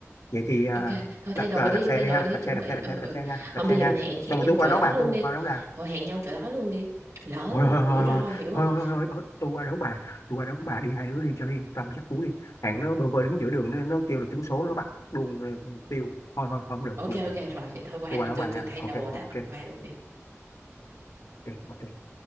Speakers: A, on the left; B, on the right.
A: vậy thì à,
B: ok thôi thay
A: đặt
B: đồ
A: à,
B: đi
A: đặt xe
B: thay
A: đi
B: đồ
A: ha
B: đi
A: đặt
B: chuẩn
A: xe đặt
B: bị
A: xe đặt
B: ừ
A: xe đặt
B: ừ
A: xe nha đặt
B: không bây
A: xe
B: giờ
A: nha
B: mình hẹn
A: xong
B: hẹn
A: rồi
B: nhau
A: tôi qua
B: chỗ
A: đón
B: đó
A: bà
B: luôn
A: tôi
B: đi
A: qua đón bà
B: thôi hẹn nhau chỗ đó luôn đi lỡ
A: thôi thôi
B: rủi
A: thôi
B: ro
A: thôi
B: hiểu không
A: thôi thôi thôi thôi tôi qua đón bà tôi qua đón bà đi hai đứa đi cho nó yên tâm chắc cú đi hạng nó bơ vơ đứng giữa đường nó, nó kêu là trúng số nó bắt luôn ừ, tiêu thôi thôi thôi, không được
B: ok
A: không được,
B: ok
A: được.
B: rồi vậy thôi qua
A: tôi
B: đi
A: qua đón
B: tôi
A: bà nha
B: tôi thay
A: ok
B: đồ
A: ok
B: đó ông qua luôn đi
A: ok ok